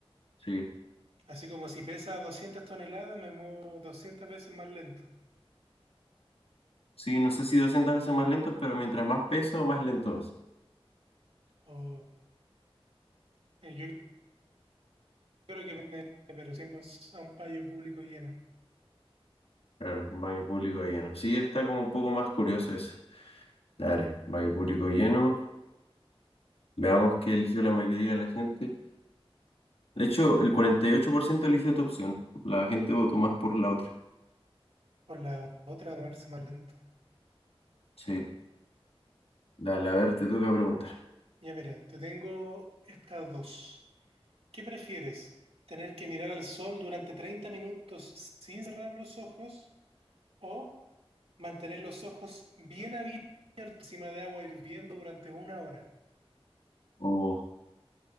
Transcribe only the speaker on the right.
Así como si pesa doscientas toneladas, me muevo doscientas veces más lento.
O eh, yo creo que me, pero siempre es a un payo público lleno.
Por la otra, a moverse más lento.
Ya mira, te tengo estas dos. ¿Qué prefieres? ¿Tener que mirar al sol durante 30 minutos sin cerrar los ojos o mantener los ojos bien abiertos encima de agua hirviendo durante una hora?